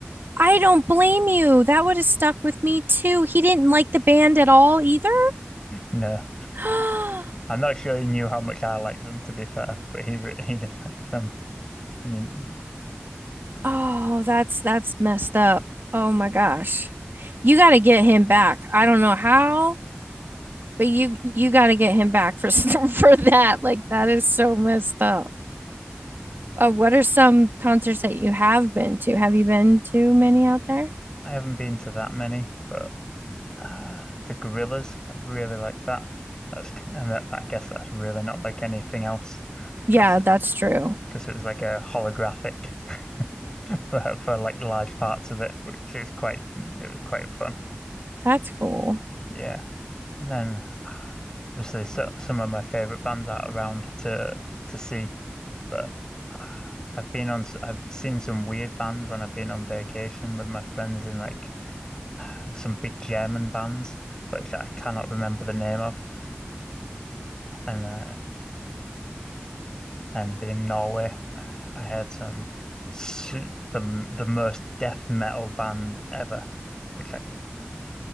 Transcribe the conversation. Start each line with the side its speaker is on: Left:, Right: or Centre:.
Right: I don't blame you. That would have stuck with me too. He didn't like the band at all either.
Left: no.
Right: <gasps>
Left: I'm not sure he knew how much I like them to be fair, but he re- <laughs> he did like them. And he,
Right: Oh, that's that's messed up. Oh my gosh. You got to get him back. I don't know how, but you you got to get him back for <laughs> for that. Like that is so messed up. Uh, what are some concerts that you have been to? Have you been to many out there?
Left: I haven't been to that many, but uh, the gorillas, I really like that. That's and that, but I guess that's really not like anything else
Right: Yeah,
Left: because it,
Right: that's true.
Left: because it was like a holographic <laughs> for for like large parts of it, which is quite it was quite fun.
Right: That's cool.
Left: Yeah, and then <sighs> ah, obviously so, some of my favorite bands are around to to see, but <sighs> ah, I've been on s- I've seen some weird bands when I've been on vacation with my friends in like some big German bands, which I cannot remember the name of. <laughs> And uh, and in Norway, I I heard some s- the the most death metal band ever, which like it